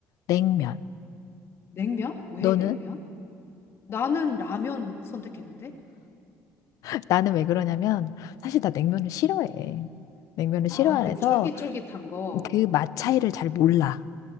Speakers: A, on the left; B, on the left.
A: 냉면.
B: 냉면? 왜
A: 너는?
B: 냉면? 나는 라면 선택했는데?
A: <laughs> 나는 왜 그러냐면, 사실 나 냉면을 싫어해. 냉면을
B: 아,
A: 싫어해서
B: 그 쫄깃쫄깃한 거.
A: 그 맛 차이를 잘 몰라.